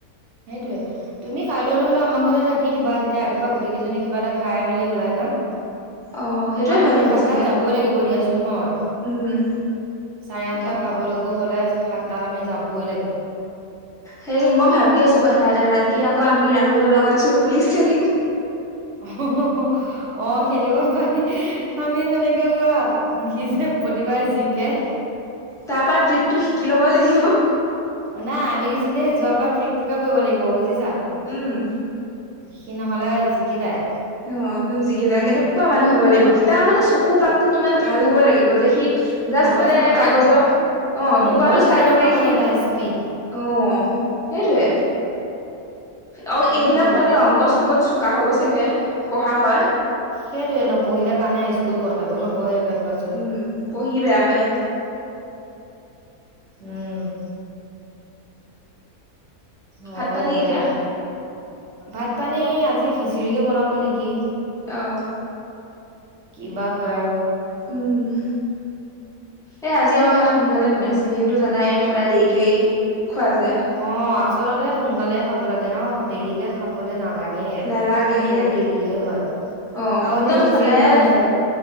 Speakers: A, on the right; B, in the centre.
A: সেইটোৱে তুমি কাইলৈ নহ'লে আমাৰ ঘৰতে থাকি দিবা তেতিয়া ৰাতিপুৱা গোটেইজনী কিবা এটা খাই মেলি ওলাই যাম।
B: অ' সেইটোৱে
A: কাৰণ
B: ভাল
A: আমি
B: হ'ব
A: সাত
B: চাগে।
A: তাত যাবই লাগিব দিয়াচোন হয়।
B: উম।
A: চাৰে
B: তাকে
A: আঠটাত পাবলগৈ হলে সাত তাত আমি যাবই লাগিব।
B: হেৰি মই ভাবি আছোঁ কথা এটা ৰাতি আকৌ আমি ৰাহুলৰ লগত চোৰ পুলিচ খেলিম।
A: অ অ অ খেলিব পাৰি আমি যেনেকে হোৱা- সি যে প্ৰতিবাৰে জিকে।
B: তাৰ পৰা ট্ৰিকটো শিকি ল'ব লাগিব।
A: নাই আমি কেজনীয়ে যোৱাবাৰ ট্ৰিকটোকে কৰিব লাগিব বুজিছা।
B: উম
A: সি নহলে জিকি যায়।
B: অ একদম জিকি যায় কেনেকুৱা মানুহ হ'ব লাগিব তাৰ মানে চকু পাপটো কিমান ভাল হব লাগিব যে সি- জাষ্ট
A: ভাবাচোন
B: মানে
A: আৰু
B: কাগজৰ অ
A: মগজু
B: টুকুৰাটো চাই
A: কেনেকুৱা
B: পেলাই
A: মানে
B: সি-
A: তাৰ স্পীড
B: অঁ সেইটোৱে- অ এইবিলাক
A: হয় দিয়া
B: পোৱালি অংক চংকত চোকা হব চাগে পঢ়া হয়।
A: সেইটোৱে নপঢ়িলে কাৰণে স্কুল পাথালেও নপঢ়ে এইবিলাক লৰা ছ-
B: উম পঢ়ি বেয়া পায়।
A: উম হয়
B: ভাত পানী
A: দিয়া,
B: এতিয়া
A: ভাত পানী আজি খিচিৰিকে বনাব নেকি।
B: অহ
A: কিবা হয় আৰু।
B: উম এই আজি আমাৰ ভাত সোনকালে বনাইছে এনেইতো জানাই সদায় দেৰিকেই খোৱা যায়।
A: অ, আচলতে সোনকালে খাব লাগে ন দেৰিকে খাবলে নালাগে। লাকেহে
B: নালাগেহে
A: আমি এতিয়া দেৰিয়ে হয়
B: অ
A: আৰু
B: একদম
A: এতিয়া খিচিৰি
B: সদায়
A: বনাইছে।